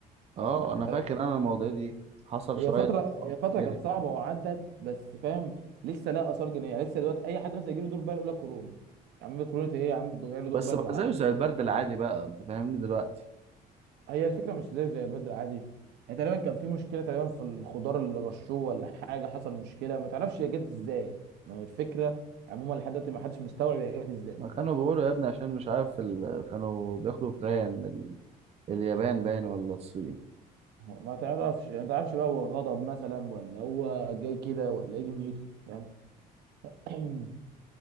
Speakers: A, on the right; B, on the right.
A: اه
B: انت
A: انا
B: فاهم
A: فاكر انا المواضيع دي حصل
B: هي
A: شوية
B: فتره
A: حوارات
B: هي فتره
A: كتير
B: كانت
A: كده
B: صعبه وعدت بس فاهم لسه لها اثار جانبيه يعني لسه دلوقتي اي حد مثلا يجي له دور برد يقول لك كورونا يا عم كورونا ايه يا عم ده جاي له دور
A: بس
B: برد
A: بقى زيه زي البرد العادي بقى انت فاهمني دلوقتي
B: هي الفكره مش زي زي البدر عادي يعني تقريبا كان في مشكله تقريبا في الخضار اللي رشوه ولا حاجه حصل مشكله ما تعرفش هي جت ازاي يعني الفكره عموما لحد دلوقتي ما حدش مستوعب هي جت ازاي
A: ما كانوا بيقولوا يا ابني عشان مش عارف ال... كانوا بياكلوا فران ال... اليابان باين ولا الصين
B: ما تعرفش يعني ما تعرفش بقى هو غضب مثلا ولا هو جاي كده ولا ايه دنيته فاهم <clears throat>